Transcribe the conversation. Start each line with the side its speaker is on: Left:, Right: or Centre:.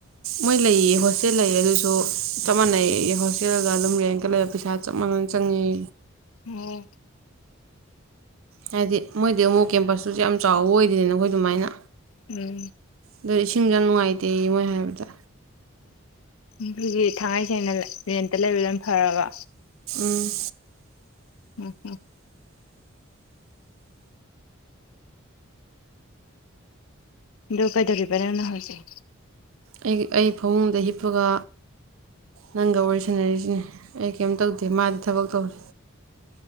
Right: ꯃꯣꯏ ꯂꯩꯌꯦ ꯍꯣꯁꯇꯦꯜ ꯂꯩꯌꯦ ꯑꯗꯨꯁꯨ ꯆꯞ ꯃꯥꯟꯅꯩꯌꯦ ꯍꯣꯁꯇꯦꯜꯒ ꯑꯗꯨꯝ ꯔꯦꯟꯒ ꯂꯩꯔ ꯄꯩꯁꯥ ꯆꯞ ꯃꯥꯟꯅꯅ ꯆꯪꯉꯦ
Left: ꯑꯣ
Right: ꯍꯥꯏꯗꯤ ꯃꯣꯏꯗꯤ ꯑꯃꯨꯛ ꯀꯦꯝꯄꯁꯇꯨꯁꯨ ꯌꯥꯝ ꯆꯥꯎꯕ ꯑꯣꯏꯗꯦꯅ ꯑꯈꯣꯏ ꯑꯗꯨꯃꯥꯏꯅ
Left: ꯎꯝ
Right: ꯑꯗꯗꯤ ꯏꯁꯤꯡꯁꯨ ꯌꯥꯝ ꯅꯨꯡꯉꯥꯏꯇꯦ ꯃꯣꯏ ꯍꯥꯏꯕꯗ
Left: ꯎꯝ ꯑꯗꯨꯒꯤ ꯊꯥꯡꯉꯩ ꯁꯦꯡꯅ ꯔꯦꯟꯇ ꯂꯩ ꯐꯔ ꯔꯕ
Right: ꯑꯝ
Left: ꯎꯝ ꯑꯗꯨ ꯀꯩꯗꯧꯔꯤꯕ ꯅꯪꯅ ꯍꯧꯖꯤꯛ
Right: ꯑꯩꯒꯤ ꯑꯩ ꯐꯃꯨꯡꯗ ꯍꯤꯞꯄꯒ ꯅꯪꯒ ꯋꯥꯔꯤ ꯁꯥꯟꯅꯔꯤꯁꯤꯅꯤ ꯑꯩ ꯀꯩꯝ ꯇꯧꯗꯦ ꯃꯥꯗꯤ ꯊꯕꯛ ꯇꯧꯔꯦ